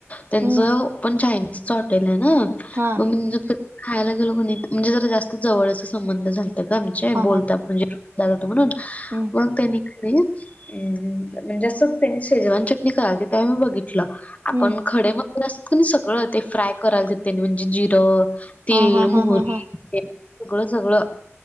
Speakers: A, on the left; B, on the right.
A: त्यांच
B: हम्म
A: पण चायनीजच हॉटेलेना.
B: हा
A: मग मी खायला गेलो क नाही. म्हणजे जरा जास्त जवळचे संबंध झालते ग आमचे.
B: हा
A: बोलता
B: हा
A: म्हणजे <unintelligible> तो म्हणून.
B: हम्म.
A: मग त्यांनी कनी अ, म्हणजे अस त्यांनी शेजवान चटणी करालते तवा मी बघितलं. आपण
B: हम्म
A: खडे मसाले असतो क नाही सगळं. ते फ्राय करायलाते तेनी. म्हणजे जिरं तीळ,
B: हा हा हा
A: मोहरी
B: हा हा.
A: ते सगळं सगळं